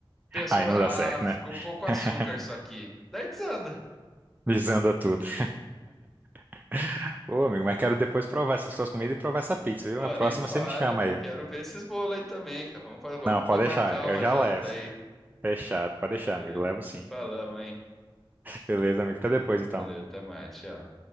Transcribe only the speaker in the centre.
penso,
ah,
ficou
pouco
açúcar isso aqui. Daí desanda.
Ô,
nem fale,
quero ver esses bolos aí também, cara. Vamos, fazer, vamos,
vamos marcar
uma
janta
aí,
beleza?
Se
falamos, hein?
Valeu, até mais, tchau.